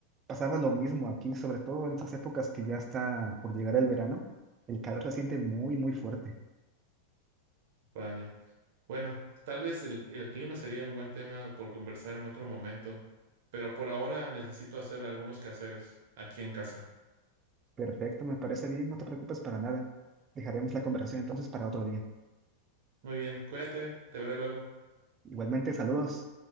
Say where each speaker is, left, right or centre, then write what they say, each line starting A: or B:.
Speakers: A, on the right; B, on the right.
A: Pasaba lo mismo aquí, sobre todo en estas épocas que ya está por llegar el verano. El calor se siente muy, muy fuerte.
B: Vaya. Bueno, tal vez el, el clima sería un buen tema por conversar en otro momento, pero por ahora necesito hacer algunos quehaceres aquí en casa.
A: Perfecto, me parece bien, no te preocupes para nada. Dejaremos la conversación entonces para otro día.
B: Muy bien, cuídate, te veré luego.
A: Igualmente, saludos.